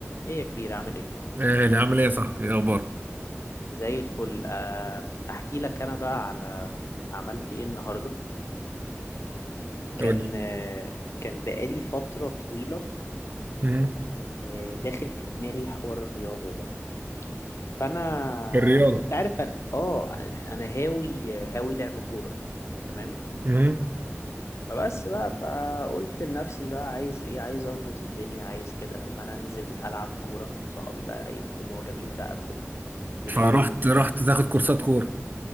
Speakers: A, on the left (about 70°); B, on the right (about 40°).
A: ايه يا كبير عامل ايه
B: ايه اللي عامل ايه يا صاحبي ايه اخبارك
A: زي الفل آه، احكي لك انا بقى على عملت ايه النهارده كان
B: قول لي
A: آه، كان بقالي فتره طويله
B: مهم.
A: آه، داخل في دماغي حوار الرياضه ده فانا
B: الرياضة
A: انت عارف انا اه انا هاوي هاوي لعب كوره تمام
B: مهم.
A: فبس بقى فقلت لنفسي بقى عايز ايه عايز اظبط الدنيا عايز كده لما انا انزل العب كوره صحابي بقى يبقوا معجبين بقى ب- بلعبي
B: فرحت
A: وبتاع
B: رحت تاخد كورسات كوره